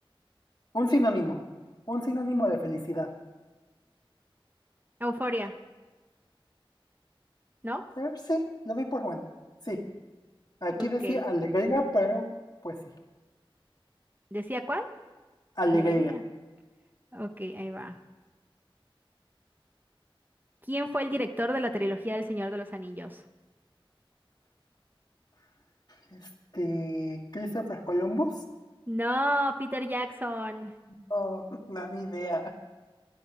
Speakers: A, on the left; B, on the right.
A: Un sinónimo. Un sinónimo de felicidad.
B: Euforia, ¿no?
A: Eh, sí, la doy por buena. Sí, aquí
B: Ok.
A: decía alegría, pero pues sí,
B: ¿Decía cuál?
A: alegría.
B: Alegría. Ok, ahí va. ¿Quién fue el director de la trilogía del Señor de los Anillos?
A: Este, Christopher Columbus,
B: No, Peter Jackson.
A: no, no, ni idea.